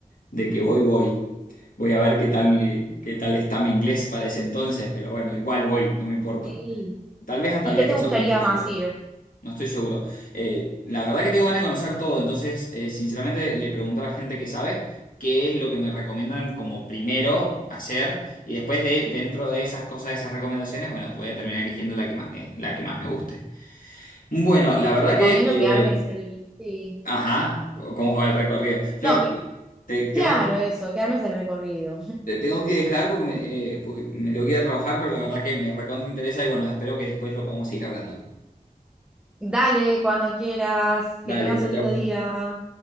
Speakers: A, on the left; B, in the centre.
A: de que voy, voy. Voy a ver qué tal, qué tal está mi inglés para ese entonces, pero bueno, igual voy, no me importa.
B: Sí.
A: Tal vez hasta
B: ¿Y
A: viaje
B: qué te gustaría
A: sola inclusive,
B: más ir?
A: no estoy seguro. Eh, la verdad que tengo ganas de conocer todo, entonces eh, sinceramente le pregunto a la gente que sabe qué es lo que me recomiendan como primero hacer y después de dentro de esas cosas, de esas recomendaciones, bueno, voy a terminar eligiendo la que más me, la que más me guste. Bueno, la verdad
B: Te Recomiendo
A: que, eh,
B: que armes el... Sí.
A: ajá, como el recorrido. Flor,
B: No, que-
A: te, tengo,
B: claro, eso, que armes el recorrido. <laughs>
A: Te tengo que dejar porque me, eh, porque me tengo que ir a trabajar, pero la verdad que me recontra interesa y bueno, espero que después lo podamos seguir hablando.
B: Dale, cuando quieras,
A: Dale,
B: que tengas
A: chao,
B: un
A: chao.
B: lindo día.